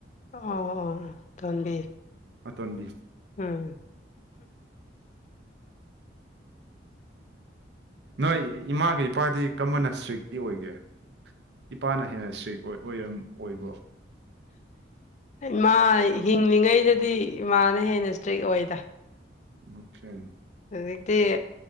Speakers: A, on the left; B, on the right.
A: ꯑꯣ ꯑꯣ ꯑꯥꯇꯣꯟꯕꯤ
B: ꯑꯇꯣꯟꯕꯤ
A: ꯎꯝ
B: ꯅꯣꯏ ꯏꯃꯥꯒ ꯏꯄꯥꯗꯤ ꯀꯔꯝꯕꯥꯅ ꯏꯁꯇ꯭ꯔꯤꯛꯇꯤ ꯑꯣꯏꯒꯦ ꯏꯄꯥꯅ ꯍꯦꯟꯅ ꯏꯁꯇ꯭ꯔꯤꯛ ꯑꯣꯏ ꯑꯣꯏꯔꯝ ꯑꯣꯏꯕ꯭ꯔꯣ
A: ꯏꯃꯥ ꯍꯤꯡꯂꯤꯉꯩꯗꯗꯤ ꯏꯃꯥꯅ ꯍꯦꯟꯅ ꯏꯁꯇ꯭ꯔꯤꯛ ꯑꯣꯏꯗ
B: ꯑꯣꯀꯦ
A: ꯍꯧꯖꯤꯛꯇꯤ